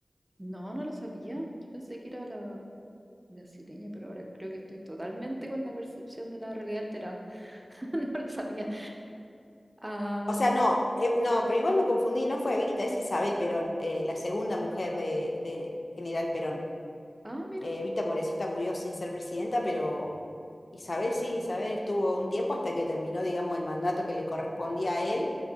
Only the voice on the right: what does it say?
No, no lo sabía. Yo pensé que era la brasileña, pero ahora creo que estoy totalmente con la percepción de la realidad alterada. <laughs> No lo sabía. Ah,
ah, mira.